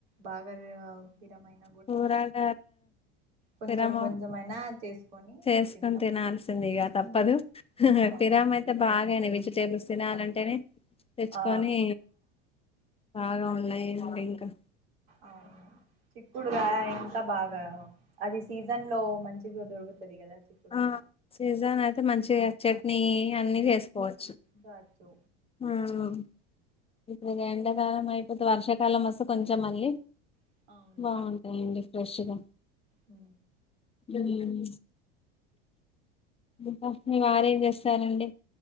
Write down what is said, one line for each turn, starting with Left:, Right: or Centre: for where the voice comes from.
Right: బాగా పిరమైన
Left: కూరగాయల
Right: కొంచెం
Left: పిరము
Right: కొంచెమైనా
Left: <inaudible>
Right: చేసుకొని
Left: చేసుకొని
Right: తింటాం
Left: తినాల్సింది ఇక తప్పదు
Right: ఉమ్, అవునండి
Left: ఫిరామ్ అయితే బాగానే వెజిటేబుల్స్ తినాలంటేనే తెచ్చుకొని
Right: ఆ
Left: బాగా ఉన్నాయి ఇంకా
Right: అవును చిక్కుడుగాయ ఎంత బాగా అది సీజన్ లో మంచిగా దొరుకుతది కదా క్కుడు
Left: ఆ
Right: గా
Left: సీజన్ అయితే మంచిగా చట్నీ అన్ని చేసుకోవచ్చు
Right: బచ్చు
Left: ఉమ్ ఇప్పుడు ఎండాకాలం అయిపోతే వర్షాకాలం వస్తే కొంచెం మళ్ళీ
Right: అవును
Left: బాగుంటాయండి ఫ్రెష్గా
Right: హ
Left: మ్మ్ ఇంకా మీ వారేం చేస్తారండి